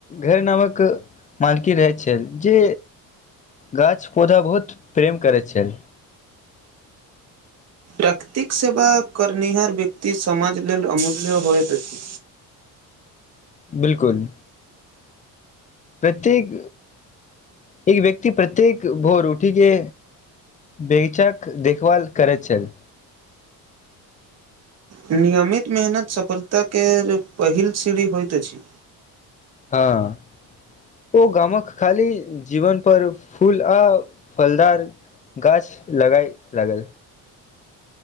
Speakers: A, on the left; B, on the right.
A: घर नामक मालकी रहैत छल जे गाछ पौधा बहुत प्रेम करैत छल।
B: प्राकृतिक सेवा करनिहार व्यक्ति समाज लेल अमूल्य होइत अछि।
A: बिलकुल प्रत्येक एक व्यक्ति प्रत्येक भोर उठिके बगीचाक देखभाल करैत छल।
B: नियमित मेहनत सफलताके पहिल सीढ़ी होइत अछि
A: हँ ओ गामक खाली जीवन पर फूल आ फलदार गाछ लगाए लागल।